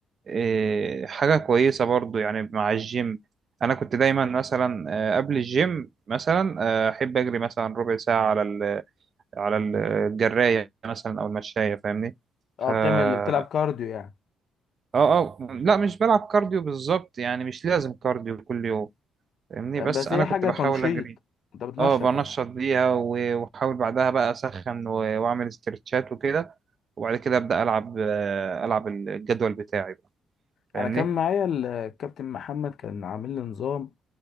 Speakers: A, on the right; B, on the left.
A: إيه حاجه كويسه برضو يعني مع الجيم انا كنت دايما مثلا آه، قبل الجيم مثلا آه، احب اجري مثلا ربع ساعه على ال على ال- الجرايه مثلا او المشايه فاهمني
B: اه
A: ف اه
B: بتعمل اللي بتلعب كارديو يعني
A: اه لا مش بلعب كارديو بالظبط يعني مش لازم كارديو كل يوم فاهمني
B: بس
A: بس انا
B: هي
A: كنت
B: حاجه
A: بحاول
B: تنشيط
A: اجري
B: انت بتنشط
A: اه بنشط
B: يعني
A: بيها و- واحاول بعدها بقى اسخن و- واعمل استرتشات وكده وبعد كده ابدا العب آه، العب الجدول بتاعي بقى فاهمني
B: انا كان معايا ال- الكابتن محمد كان عامل لي نظام